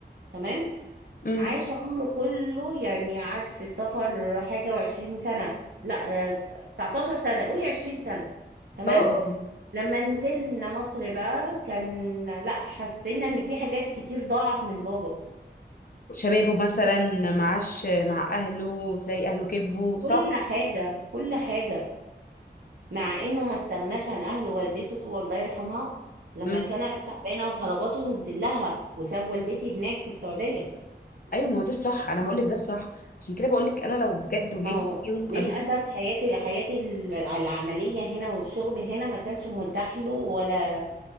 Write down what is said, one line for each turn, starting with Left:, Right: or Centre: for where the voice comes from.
Right: تمام
Left: مم.
Right: عاش عمره كله يعني قعد في السفر حاجة وعشرين سنة لا آه، 19 سنة قولي 20 سنة تمام
Left: اه اه
Right: لما نزلنا مصر بقى كان لا حسينا ان في حاجات كتير ضاعت من بابا
Left: شبابه مثلا معاش مع اهله تلاقي اهله كبوا صح
Right: كل حاجة كل حاجة مع انه ما استغناش عن اهله والدته والله يرحمها لما
Left: امم
Right: كانت تعبانة وطلباته نزل لها وساب والدتي هناك في السعودية
Left: ايوه ما هو ده الصح انا بقول لك ده الصح عشان كده بقول لك انا لو بجد ولادي
Right: ما هو
Left: يوم
Right: للأسف
Left: قالوا لي
Right: حياتي حياتي ال- العملية هنا والشغل هنا ما كانش متاح له ولا